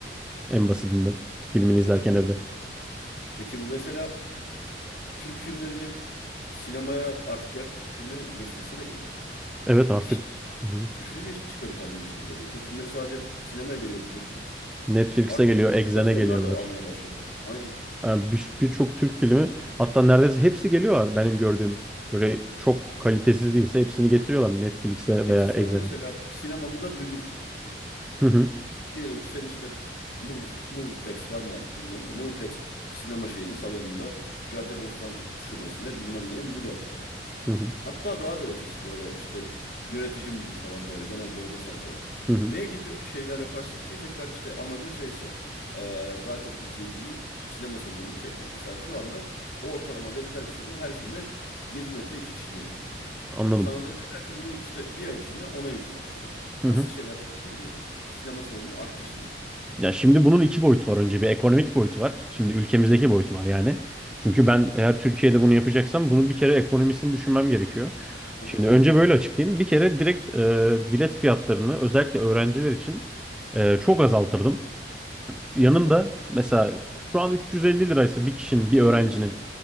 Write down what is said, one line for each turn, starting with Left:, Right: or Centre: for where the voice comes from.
Centre: en basitinden filmini
Left: Katılıyorum.
Centre: izlerken evde.
Left: Peki bu mesela Türk filmlerinin sinemaya artık gerçi Türk filmleri Netflix'e de geliyor.
Centre: Evet
Left: Hani
Centre: artık
Left: hiç
Centre: hı hı.
Left: düşününce hiçbir çıkarı kalmamış gibi oluyor. Türk filmleri sadece sinemaya geliyor diyecektim.
Centre: Netflix'e
Left: Artık
Centre: geliyor, Exxen'e
Left: platformlar
Centre: geliyorlar.
Left: da almaya başladı. Aynen.
Centre: Yani bir- birçok Türk filmi hatta neredeyse hepsi geliyorlar benim gördüğüm. Böyle çok kalitesiz değilse hepsini getiriyorlar Netflix'e
Left: Peki
Centre: veya
Left: sen
Centre: Exxen'e.
Left: mesela sinemamı da müdürsün.
Centre: Hı hı,
Left: Diyelim ki senin işte Movie, Movieplex var mı artık bilmiyorum da Movieplex sinema şeyine salonunda Caddebostan şubesine bilmem neye müdür yaptılar.
Centre: hı hı,
Left: Hatta daha da ötesi böyle işte yönetici müdür falan böyle genel bölgesel falan.
Centre: hı hı.
Left: Ne gibi şeyler yaparsın ki tekrar işte amacın şeyse e, daha çok izleyiciyi sinema salonunu çekmek. Mesela şu anda ortalama dediler ki sana her filme yedi nokta iki kişi geliyor.
Centre: Anladım.
Left: Sana da dediler ki bunu işte bir ay içinde ona yükselt falan.
Centre: Hı
Left: Nasıl
Centre: hı.
Left: şeyler yaparsın ki sinema salonunu arttırsın?
Centre: Ya şimdi bunun iki boyutu var önce. Bir ekonomik boyutu var. Şimdi ülkemizdeki
Left: Hı.
Centre: boyutu var yani. Çünkü ben eğer Türkiye'de bunu yapacaksam bunun bir kere ekonomisini düşünmem gerekiyor.
Left: Aha.
Centre: Şimdi önce böyle açıklayayım. Bir kere direkt e, bilet fiyatlarını özellikle öğrenciler için e, çok azaltırdım. Yanında
Left: Ne kadar?
Centre: mesela şu an 350 liraysa bir kişinin, bir öğrencinin
Left: elli lira.